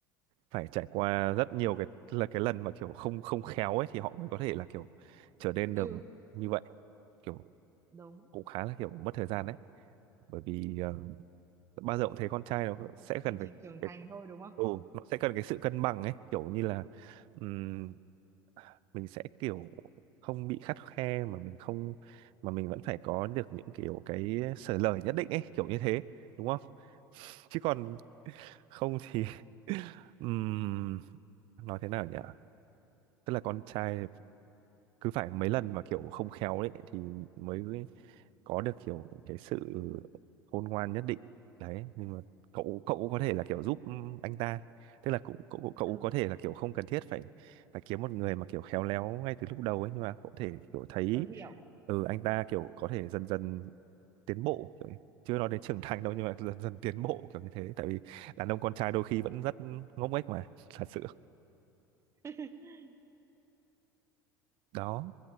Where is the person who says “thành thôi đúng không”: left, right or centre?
Right